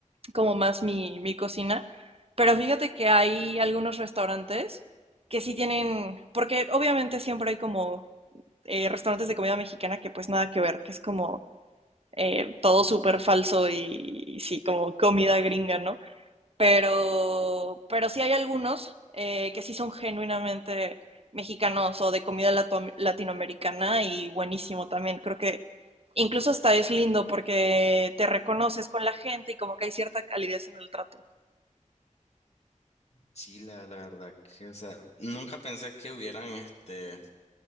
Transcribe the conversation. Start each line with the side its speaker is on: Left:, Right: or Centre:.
Right: como más mi, mi cocina. Pero fíjate que hay algunos restaurantes que sí tienen, porque obviamente siempre hay como eh, restaurantes de comida mexicana que pues nada que ver, que es como eh, todo súper falso y, y, sí, como comida gringa, ¿no? Pero, pero sí hay algunos eh, que sí son genuinamente mexicanos o de comida lato latinoamericana y buenísimo también. Creo que incluso hasta es lindo porque te reconoces con la gente y como que hay cierta calidez en el trato.
Left: Sí, la, la verdad que, o sea, nunca pensé que hubieran este,